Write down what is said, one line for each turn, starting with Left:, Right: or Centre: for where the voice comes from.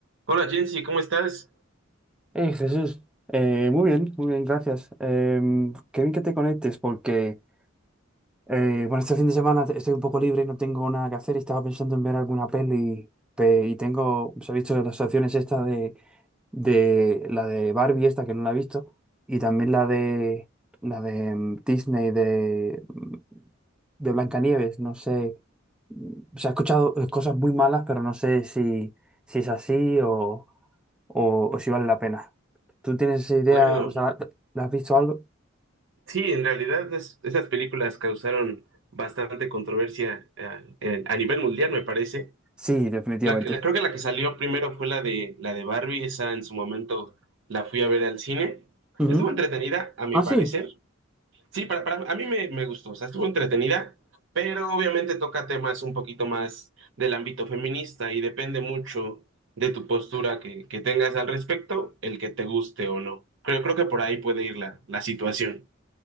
Right: Hola Jensi, ¿cómo estás?
Centre: Hey, Jesús, Eh, muy bien, muy bien, gracias. Em, qué bien que te conectes porque, eh, bueno, este fin de semana estoy un poco libre, no tengo nada que hacer y estaba pensando en ver alguna peli pe- y tengo, os he visto las opciones esta de, de la de Barbie esta que no la he visto y también la de la de em, Disney de, mm, de Blancanieves, no sé se ha escuchado eh, cosas muy malas, pero no sé si, si es así o, o, o si vale la pena. ¿Tú tienes esa idea?
Right: Bueno,
Centre: O sea, ¿la, la has visto algo?
Right: sí, en realidad es- esas películas causaron bastante controversia eh, en- a nivel mundial, me parece.
Centre: Sí, definitivamente.
Right: La, que- la- creo que la que salió primero fue la de, la de Barbie, esa en su momento la fui a ver al cine.
Centre: Ujú.
Right: Estuvo entretenida, a mi
Centre: Ah,
Right: parecer,
Centre: sí.
Right: Sí, para, para, a mí me, me gustó, o sea, estuvo entretenida, pero obviamente toca temas un poquito más del ámbito feminista y depende mucho de tu postura que, que tengas al respecto, el que te guste o no. Creo, creo que por ahí puede ir la, la situación.